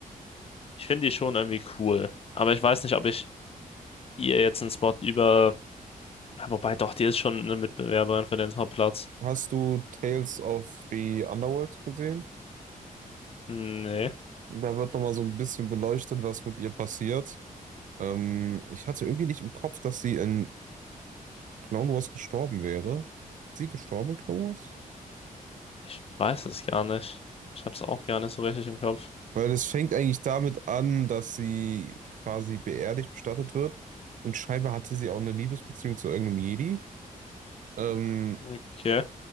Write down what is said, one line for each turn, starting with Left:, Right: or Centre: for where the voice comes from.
Left: ich finde die schon irgendwie cool, aber ich weiß nicht, ob ich ihr jetzt einen Spot über. Ja, Wobei doch, die ist schon eine Mitbewerberin für den Topplatz.
Right: Hast du Tales of the Underworld gesehen?
Left: Nee,
Right: Da wird nochmal so ein bisschen beleuchtet, was mit ihr passiert. Ähm, ich hatte irgendwie nicht im Kopf, dass sie in Clone Wars gestorben wäre. Ist sie gestorben in Clone Wars?
Left: ich weiß es gar nicht. Ich hab's auch gar nicht so richtig im Kopf.
Right: Weil es fängt eigentlich damit an, dass sie quasi beerdigt bestattet wird. Und scheinbar hatte sie auch eine Liebesbeziehung zu irgendeinem Jedi. Ähm,
Left: Okay,